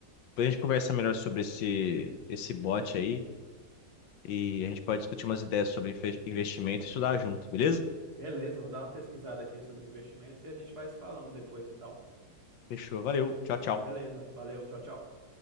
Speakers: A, on the left (about 75°); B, on the right (about 55°).
A: depois a gente conversa melhor sobre esse, esse bot aí. E a gente pode discutir umas ideias sobre infe- investimento e estudar junto, beleza?
B: Beleza, vou dar uma pesquisada aqui sobre investimentos e a gente vai se falando depois e tal.
A: Fechou. Valeu. Tchau, tchau.
B: Beleza, valeu, tchau, tchau.